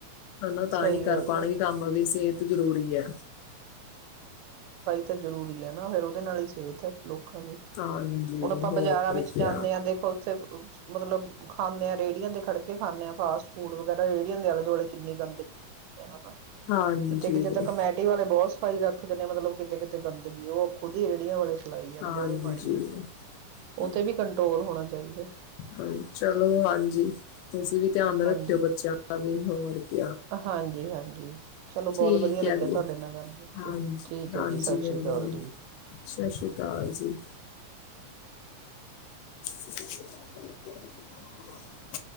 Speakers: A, on the left (about 85°); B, on the right (about 85°).
A: ਹਨਾ ਤਾਂ
B: ਸਹੀ
A: ਹੀ ਕਰ
B: ਗੱਲ
A: ਪਾਉਣਗੇ
B: ਹੈ
A: ਕੰਮ ਦੀ ਸਿਹਤ ਜ਼ਰੂਰੀ ਹੈ
B: ਤੇ ਜ਼ਰੂਰੀ ਹੈ ਨਾ ਫ਼ਿਰ ਉਹਦੇ ਨਾਲ ਹੀ ਸਿਹਤ ਹੈ ਲੋਕ ਲੋਕਾਂ ਦੀ
A: ਹਾਂਜੀ
B: ਹੁਣ ਆਪਾਂ ਬਾਜ਼ਾਰਾਂ
A: ਹੋਰ
B: ਵਿੱਚ
A: ਕੀ
B: ਜਾਂਦੇ
A: ਹਾਂਜੀ
B: ਹਾਂ ਦੇਖੋ ਉੱਥੇ ਮਤਲਬ ਖਾਂਦੇ ਆਾਂ ਰੇਹੜੀਆਂ ਤੇ ਖੜ੍ਹ ਕੇ ਖਾਂਦੇ ਆਾਂ ਫਾਸਟ ਫੂਡ ਵਗੈਰਾ ਰੇਹੜੀਆਂ ਦੇ ਆਲੇ ਦੁਆਲੇ ਕਿੰਨੀ ਗੰਦਗੀ ਹਨਾ
A: ਹਾਂਜੀ
B: ਕਿਤੇ ਕਿਤੇ ਤਾਂ ਕਮੈਟ ਸੋ ਸਫਾਈ ਰੱਖਦੇ ਨੇ ਮਤਲਬ ਕਿਤੇ ਕਿਤੇ ਗੰਦਗੀ ਉਹ ਖੁਦ ਹੀ ਰੇਹੜੀਆਂ ਵਾਲੇ ਫੈਲਾਈ ਜਾਂਦੇ
A: ਹਾਂਜੀ
B: ਉਹ ਵੀ ਮਾੜੀ
A: ਜੀ
B: ਗੱਲ
A: ਹ
B: ਹੈ। ਉਹ ਤੇ ਵੀ ਕੰਟਰੋਲ ਹੋਣਾ ਚਾਹੀਦਾ
A: ਹਾਂ ਚਲੋ ਹਾਂਜੀ ਤੁਸੀਂ ਵੀ ਧਿਆਨ
B: ਹਾਂਜੀ,
A: ਰੱਖਿਓ ਬੱਚਿਆਂ ਦਾ ਵੀ ਹੋਰ ਕ
B: ਹਾਂਜੀ, ਹਾਂਜੀ ਚਲੋ
A: ਠੀਕ
B: ਬਹੁਤ ਵਧੀਆ ਲੱਗਿਆ
A: ਹੈ ਵੀ
B: ਤੁਹਾਡੇ ਨਾਲ ਗੱਲ ਕਰਕੇ
A: ਹਾਂ
B: ਠੀਕ
A: ਹਾਂਜੀ
B: ਹੈ ਜੀ ਸਤਿ
A: ਮੈਨੂੰ
B: ਸ੍ਰੀ ਅਕਾਲ
A: ਜੀ ਸਤਿ ਸ੍ਰੀ ਅਕਾਲ ਜੀ <unintelligible>